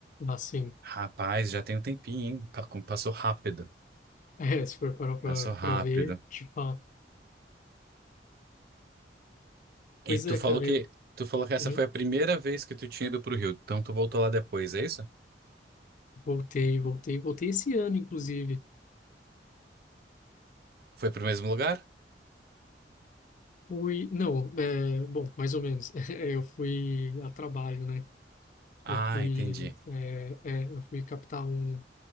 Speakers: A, on the left; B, on the right.
A: Ah, sim. <laughs>
B: Rapaz, já tem um tempinho, hein? Pa- como Passou rápido.
A: É, se for parar pra,
B: Passou rápido.
A: pra ver, tipo, Pois
B: E tu
A: é,
B: falou
A: cara,
B: que
A: eu
B: tu falou que essa
A: uhum,
B: foi a primeira vez que tu tinha ido pro Rio. Então tu voltou lá depois, é isso?
A: voltei, voltei, voltei esse ano, inclusive.
B: Foi pro mesmo lugar?
A: Fui, não, é, bom, mais ou menos. <laughs> Eu fui a trabalho, né?
B: Ah,
A: Eu fui,
B: entendi.
A: é, é, eu fui captar um,